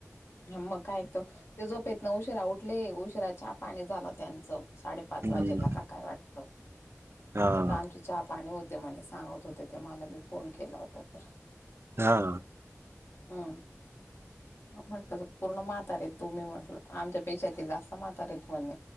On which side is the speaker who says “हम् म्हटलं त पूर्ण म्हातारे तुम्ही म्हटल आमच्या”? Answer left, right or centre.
Left